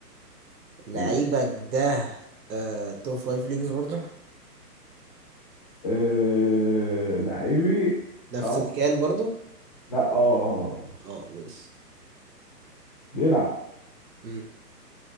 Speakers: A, on the right; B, on the left.
A: لعيبك
B: ماشي
A: ده آه، توب فايف ليجز برضو
B: آه لعيبي
A: نفس
B: اه
A: اللي كان برضو
B: لا اه آه.
A: اه ماشي
B: بيلعب
A: مم.